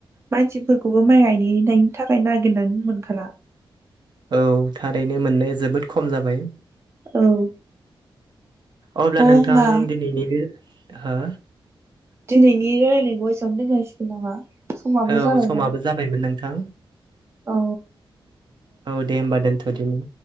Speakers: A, on the right; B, on the right.
A: मानसिफोरखौबो माइ गायनायनि थाखाय नागिरनानै मोनखाला
B: औ थारैनो मोननाया जोबोद खम जाबाय
A: औ
B: अब्ला
A: होमबा
B: नोंथां दिनैनि बे हो
A: दिनैनि <unintelligible> रानलायनायखौ <unintelligible> एसेयावनो दोनथ'सिगोन नामा समाबो
B: औ
A: जाबायना
B: समाबो जाबायमोन नोंथां
A: औ
B: औ दे होमबा दोनथ'दिनि